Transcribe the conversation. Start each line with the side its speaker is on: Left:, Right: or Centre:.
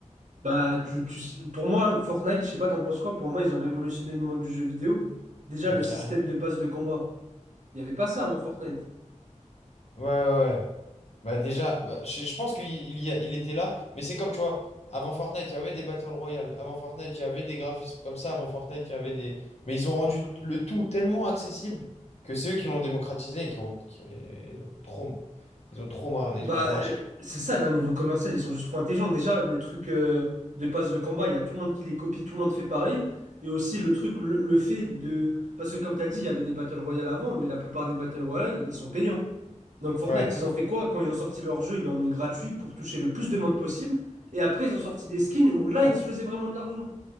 Right: Bah, tu, tu- pour moi, Fortnite, je sais pas, t'en penses quoi? Pour moi, ils ont révolutionné le monde du jeu vidéo. Déjà,
Left: Ouais,
Right: le
Left: carrément.
Right: système de passe de combat. Il n'y avait pas ça avant Fortnite.
Left: Ouais, ouais, ouais. Bah déjà, bah, je, je pense qu'il il y a- il était là, mais c'est comme, tu vois, avant Fortnite, il y avait des Battle Royale, avant Fortnite, il y avait des graphismes comme ça, avant Fortnite, il y avait des... Mais ils ont rendu le tout tellement accessible que c'est eux qui l'ont démocratisé et qui ont, qui ont- ils ont trop, ils ont trop, mar-
Right: Bah,
Left: ils ont trop marché.
Right: euh, c'est ça, d'un niveau commercial, ils sont juste trop intelligents. Déjà, le truc euh, de passe de combat il y a tout le monde qui les copie, tout le monde fait pareil. Et aussi le truc, le, le fait de... Parce que comme tu as dit, il y avait des Battle Royale avant, mais la plupart des Battle Royale, ils sont payants. Donc Fortnite,
Left: Ouais.
Right: ils ont fait quoi? Quand ils ont sorti leur jeu, ils l'ont mis gratuit pour toucher le plus de monde possible. Et après, ils ont sorti des skins où là,
Left: Ouais,
Right: ils se faisaient vraiment de l'argent.